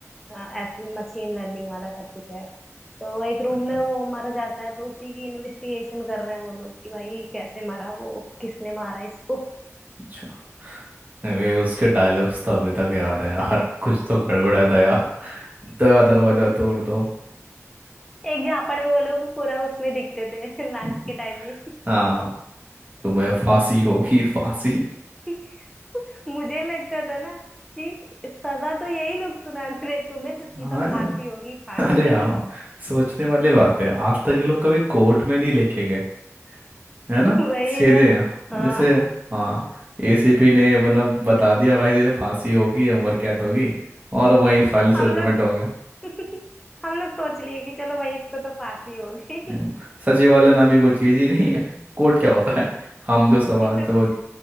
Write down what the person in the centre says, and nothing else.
मशीन लर्निंग वाला सब कुछ है तो एक रूम
में वो मर जाता है तो उसी की इन्वेस्टिगेशन कर रहे हैं वो लोग कि भाई कैसे मरा वो किसने मारा इसको <laughs>
एक झापड़ में वो लोग पूरा उसमें दिखते थे लास्ट
के टाइम में
<laughs> मुझे लगता था ना कि सजा तो यही लोग सुना रहे हैं, तुम्हें तो सीधा
फांसी होगी फांसी
<laughs>
वही
ना
हाँ
<laughs>
हम
लोग <laughs> हम लोग सोच लिए कि चलो भाई इसको तो फांसी होगी
<laughs>